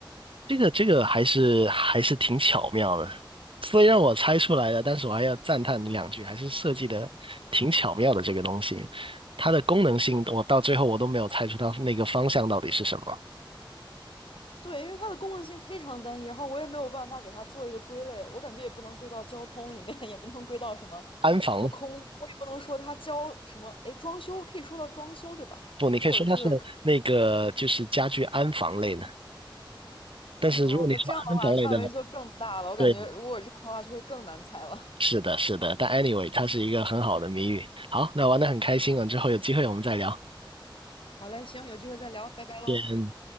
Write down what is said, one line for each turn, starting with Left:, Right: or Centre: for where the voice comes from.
Right: 这个这个还是还是挺巧妙的，虽然我猜出来了，但是我还要赞叹你两句，还是设计的挺巧妙的这个东西，它的功能性我到最后我都没有猜出它那个方向到底是什么，
Left: 对，因为它的功能性非常单一，然后我也没有办法给它做一个归类，我感觉也不能归到交通里面，<laughs> 也不能归到什么什么空间我也不能说它交什么，
Right: 安防
Left: 哎，装修可以说到装修对吧？
Right: 不，你可以说它是那个就是家居安防类的，
Left: 或者是。
Right: 但是如果你说安防类的，
Left: 哦，那这样的话范围就更大了，我感觉如果我这么说的话就会更难猜了。
Right: 对
Left: <laughs>
Right: 是的，是的，但 anyway，它是一个很好的谜语。好，那玩的很开心了，之后有机会我们再聊。
Left: 好嘞，行，有机会再聊，拜拜喽。
Right: 嗯，先